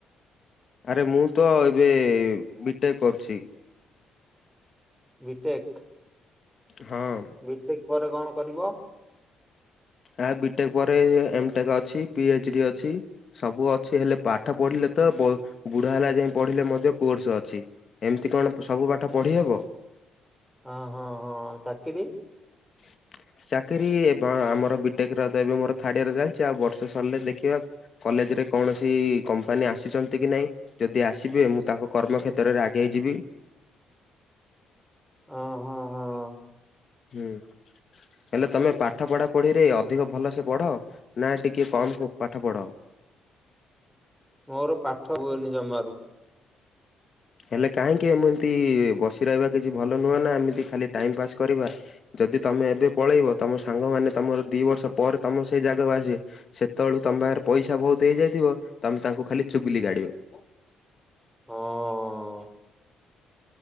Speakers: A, on the left (about 45°); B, in the centre.
A: ଆରେ ମୁଁ ତ ଏବେ ବିଟେ କରୁଛି।
B: ବିଟେକ୍
A: ହଁ।
B: ବିଟେକ୍ ପରେ କଣ କରିବ?
A: ଆ ବିଟେ ପରେ ଏମ୍ ଟେକ୍ ଅଛି ପି ଏଚ୍ ଡି ଅଛି ସବୁ ଅଛି ହେଲେ ପାଠ ପଢିଲେ ତ ବ ବୁଢା ହେଲା ଯାଏ ପଢିଲେ ମଧ୍ୟ କୋର୍ସ୍ ଅଛି। ଏମ୍ ତି କଣ ସବୁ ପାଠ ପଢ଼ି ହବ।
B: ହ ହଁ ହଁ ଚାକିରି
A: <inaudible> ଚାକିରି ଅଁ ଆମର ବିଟେକ୍ ର ଏବେ ଏବେ ମୋର ଥାର୍ଡ ଇୟର ଚାଲିଛି ଆଉ ବର୍ଷେ ସରିଲେ ଦେଖିବା କଲେଜ୍ ରେ କୌଣସି କମ୍ପାନୀ ଆସିଛନ୍ତି କି ନାଇଁ ଯଦି ଆସିବେ ମୁଁ ତାଙ୍କୁ କର୍ମକ୍ଷେତ୍ରରେ ଆଗେଇଇଯିବି
B: ଅ ହଁ ହଁ।
A: ହୁଁ ହେଲେ ତମେ ପାଠ ପଢା ପଢିରେ ଅଧିକ ଭଲ ସେ ପଢ ନା ଟିକେ କମ୍ ପାଠ ପଢ
B: ମୋର ପାଠ ହୁଏନି ଜମାରୁ।
A: ହେଲେ କାହିଁକି ଏମିତି ବସି ରହିବା କିଛି ଭଲ ନୁହଁ ନା ଏମିତି ଖାଲି ଟାଇମ ପାସ୍ କରିବା। ଯଦି ତମେ ଏବେ ପଳେଇବ ତମ ସାଙ୍ଗମାନେ ତମର ଦି ବର୍ଷ ପରେ ତମର ସେଇ ଜାଗାକୁ ଆସିବେ। ସେତେବେଳୁ ତମ ପାଖରେ ପଇସା ବହୁତ ହେଇଯାଇଥିବ ତମେ ତାଙ୍କୁ ଖାଲି ଚୁଗୁଲି କାଢିବ।
B: ହଁ।